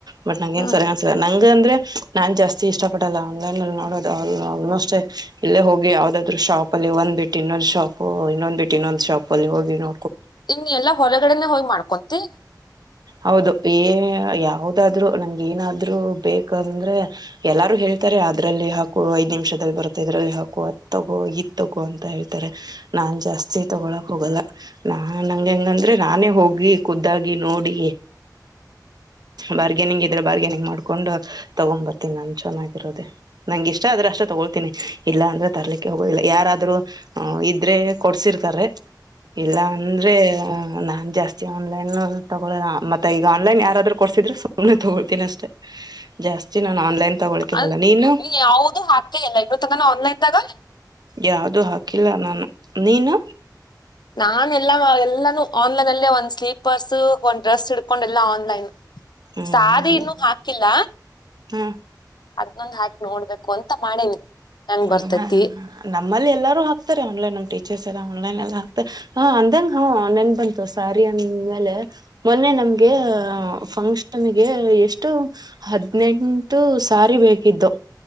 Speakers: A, on the right (about 65°); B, on the left (about 75°).
A: ಬಟ್ ನಂ
B: ಹ
A: ನ್ರಿಸಸ ನಗೆ ಅಂದ್ರೆ ನಾನ್ ಜಾಸ್ತಿ ಇಷ್ಟ ಪಡಲ್ಲ ಆನ್ಲೈನ್ ಅಲ್ಲಿ ನೋಡೋದು ಆಲ್ಮೋಸ್ಟ್ ಇಲ್ಲೇ ಹೋಗಿ ಯಾವದಾದ ಶಾಪ್ ಅಲ್ಲಿ ಒಂದ್ ಬಿಟ್ಟು ಇನ್ನೊಂದ್ ಶಾಪ್ ಇನ್ನೊ್ ಬಿಟ್ಟು ಇನ್ನೊಂದ್ ಶಾಪ್ ಅಲ್ಲಿ ಹೋಗಿ ನೋ
B: ಇನ್ ಎಲ್ಲಾ ಹೊರಗಡೆನೆ ಹೋಗಿ ಮಾಡ್ಕೊಂತಿ
A: ಹೌದು ಏ ಯಾವದಾದ್ರು ನಂಗ ಏನಾದ್ರು ಬೇಕಂದ್ರೆ ಎಲ್ಲಾರು ಹೇಳ್ತ ಅದ್ರಲ್ಲಿ ಹಾಕು ಐದ್ ನಿಮಿಷದಲ್ಲಿ ಬರುತ್ತೆ ಇದ್ರಲ್ಲಿ ಹಾಕು ಹ ತಗೋ ಇತ್ತ ತಗೋ ಅಂತ ಹೇಳ್ತಾರೆ ನಾನ್ ಜಾಸ್ತಿ ತಗೊಳಕ್ ಹೋಗಲ್ಲ ನಾ ನಂಗೆ ಹೆಂಗಂದ್ರೆ ನಾನೇ ಹೋಗಿ ಖುದ್ದಾಗಿ ನೋಡಿ ಬಾರ್ಗನಿಂಗ್ ಇದ್ರ ಬಾರ್ಗನಿಂಗ್ ಮಾಡ್ಕೊಂಡು ತಗೊಂಡ್ ಬರ್ತೀನಿ ನ ಚೆನ್ನಾಗಿರೋದೆೇ ನಂಗ ಇಷ್ಟ ಆದ್ರೆ ಅಷ್ಟೇ ತಗೊಳ್ತೀನಿ ಇಲ್ಲ ಅಂದ್ರೆ ತರ್ಲಿಕ್ಕೆ ಹೋಗೋುದಿಲ್ಲ ಯಾರಾದ್ೂ ಇದ್ರೆ ಕೊಡ್ಸಿರ್ತಾರೆ ಇಲ್ಲ ಅಂದ್ರೆ ನಾನ್ ಜಾಸ್ತಿ ಆನ್ಲೈನ್ ತಗೊಳೋಣ ಮತ್ತೆ ಈಗ ಆನ್ಲೈನ್ ಯಾರಾದ್ರರು ಕೊಡ್ಸಿದ್ರೆ ಸುಮ್ಮನೆ ತಗೊಳ್ತೀನಿ ಅಷ್ಟೆ ಜಾಸ್ತಿ ನಾನು ಆನ್ಲೈನ್ ತಗೋಳ್ಕೆಗಲ್ಲ
B: ಹಾ
A: ನೀನು
B: ನೀ ಯಾವ್ದು ಹಾಕೆ ಇಲ್ಲ ಇನ್ನು ತನಾನು ಆನ್ಲೈನ್ದಾಗ
A: ಯಾವ್ದು ಹಾಕಿಲ್ಲ ನಾನು ನೀನು
B: ನಾನ ಎಲ್ಲಾ ಎಲ್ಲಾನು ಆನ್ಲೈನ್ ಅಲ್ಲೇ ಒಂದ್ ಸ್ಲೀಪರ್ಸ್ ಒಂದ್ ಡ್ರೆಸ್ ಇಿಡ್ಕೊಂಡ ಎಲ್ಲಾ ಆನ್ಲೈನ್
A: ಹ್ಮ್
B: ಸಾರಿ ಇನ್ನುೂ ಹಾಕಿಲ್ಲ
A: ಹ್ಮ
B: ಇನ್ನೊಂದ್ ಹಾಟ್ ನೋಡ್ಬೇಕು ಅಂತ ಮಾಡೇನಿ ಹೆಂಗ್
A: ಹ
B: ಬರ್ತೇತಿ
A: ನಮ್ಮ ನಮ್ಮಲ್ಲಿ ಎಲ್ಲಾರೂ ಹಾಕ್ತಾರೆ ಆನ್ಲೈನ್ ನಮ್ ಟೀಚರ್ಸ್ ಎಲ್ಲ ಆನ್ಲೈನ್ ಎಲ್ಲ ಹಾಕ್ತಾರೆ ಹ ಅಂದಂಗ ಹ ನೆನ್ ಬಂತು ಸಾರಿ ಅಂದೇ ಮೊನ್ನೆ ನಮಗೆ ಕ್ಷನ್ಗೆ ಎಷ್ಟು ಹದಿನ ಹದಿನೆಂಟು ಸಾರಿ ಬೇಕಿದ್ದು